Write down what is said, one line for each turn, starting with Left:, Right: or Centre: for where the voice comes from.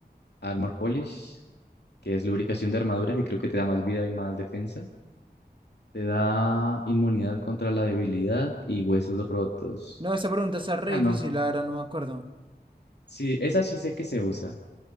Left: Armor Polish, que es lubricación de armadura, que creo que te da más vida y más defensa. Te da inmunidad contra la debilidad y huesos rotos.
Right: No, esa pregunta está re
Left: Ah,
Right: difícil,
Left: no.
Right: la verdad, no me acuerdo.
Left: Sí, esa sí sé que se usa.